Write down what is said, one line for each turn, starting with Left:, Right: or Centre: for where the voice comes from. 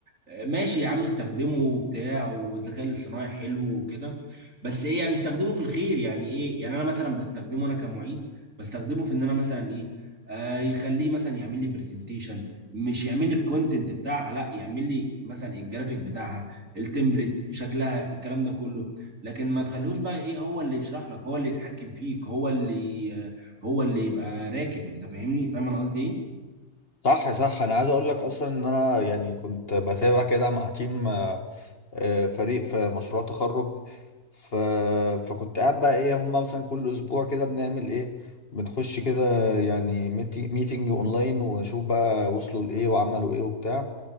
Right: آه، ماشي يا عم استخدمه وبتاع والذكاء الاصطناعي حلو وكده بس ايه يعني استخدمه في الخير يعني ايه يعني انا مثلا بستخدمه انا كمعيد بستخدمه في ان انا مثلا ايه آه يخليه مثلا يعمل لي برزنتيشن مش يعمل لي الكونتنت بتاعها لا يعمل لي مثلا الجرافيك بتاعها التمبلت شكلها الكلام ده كله لكن ما تخلوش بقى ايه هو اللي يشرح لك هو اللي يتحكم فيك هو اللي آه، هو اللي يبقى راكب انت فاهمني فاهم انا قصدي ايه
Left: صح صح انا عايز اقول لك اصلا ان انا يعني كنت بتابع كده مع تيم آه، آه، فريق في مشروع تخرج ف... فكنت قاعد بقى ايه هم مثلا كل اسبوع كده بنعمل ايه بنخش كده يعني ميتي... ميتينج اونلاين ونشوف بقى وصلوا لايه وعملوا ايه وبتاع